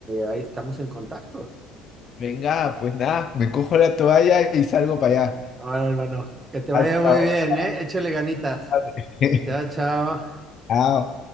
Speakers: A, on the right; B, on the left.
A: ahí estamos en contacto.
B: Venga, pues nada, me cojo la toalla y salgo para allá.
A: Ahora, hermano, que te vaya
B: Hasta
A: muy
B: ahora.
A: bien, ¿eh? Échale ganitas.
B: <laughs>
A: Chao, chao.
B: Chao.